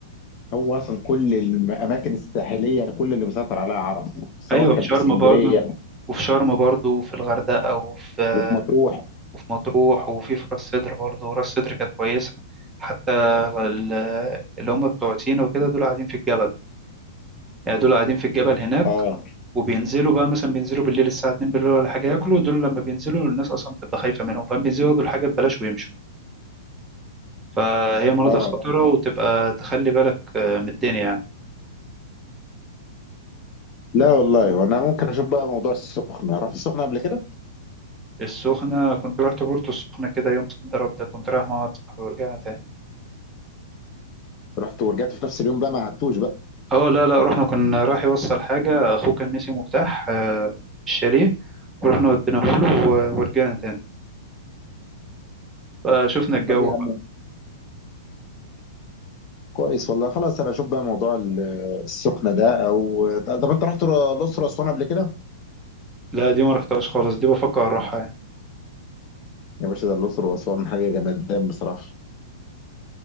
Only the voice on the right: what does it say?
ايوه
في شرم
برضه وفي شرم برضه وفي الغردقه وفي
وفي مطروح وفي في راس سدر برضه راس سدر كانت كويسه حتى ال- اللي هم بتوع سينا وكده دول قاعدين في الجبل يعني دول قاعدين في الجبل هناك
وبينزلوا بقى مثلا بينزلوا بالليل الساعة 2 بالليل ولا حاجة ياكلوا دول لما بينزلوا الناس أصلا بتبقى خايفة منهم فبينزلوا ياكلوا الحاجة ببلاش ويمشوا فهي مناطق
خطيرة وتبقى تخلي بالك آه، من الدنيا يعني.
السخنة كنت رحت بورتو السخنة كده يوم صد رد ده كنت رايح مع واحد صاحبي ورجعها تاني
اه لا لا رحنا كنا رايح يوصل حاجة أخوه كان نسي مفتاح آه، الشاليه ورحنا وديناه له و- ورجعنا تاني فشفنا الجو
بقى
لا دي ما رحتهاش خالص دي بفكر أروحها يعني